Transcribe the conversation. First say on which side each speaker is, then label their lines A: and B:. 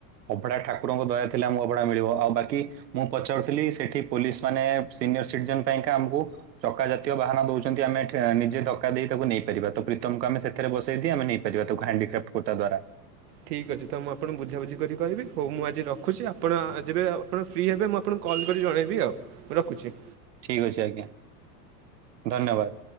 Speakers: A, on the right; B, on the right.
A: ଅଭଡା ଠାକୁରଙ୍କ ଦୟା ଥଲେ ଆମୁକୁ ଅଭଡା ମିଳିବ ଆଉ ବାକି ମୁଁ ପଚାରୁଥିଲି ସେଠି ପୋଲିସ ମାନେ ସିନିୟର ସିଟିଜନ୍ ପାଇଁକା ଆମକୁ ଚକା ଜାତୀୟ ବାହାନ ଦଉଛନ୍ତି, ଆମେ ଟ୍ରେ ନିଜେ ଧକ୍କା ଦେଇ ତାକୁ ନେଇପାରିବା ତ ପ୍ରୀତମକୁ ଆମେ ସେଥିରେ ବସେଇଦି ଆମେ ନେଇ ପାରିବା ତାକୁ ହାଣ୍ଡିକ୍ୟାପ୍ଟ କୋଟା ଦ୍ୱାରା।
B: ଠିକ୍ ଅଛି ତ ମୁଁ ଆପଣଙ୍କୁ ବୁଝା ବୁଝି କରି କହିବି, ହଉ ମୁଁ ଆଜି ରଖୁଛି ଆପଣ ଯେବେ ଆପଣ ଫ୍ରି ହେବେ ମୁଁ ଆପ ଫୁଣି କଲ୍ ଜଣେଇବି ଆଉ ମୁଁ ରଖୁଛି।
A: ଠିକ୍ ଅଛି, ଆଜ୍ଞା ଧନ୍ୟବାଦ୍।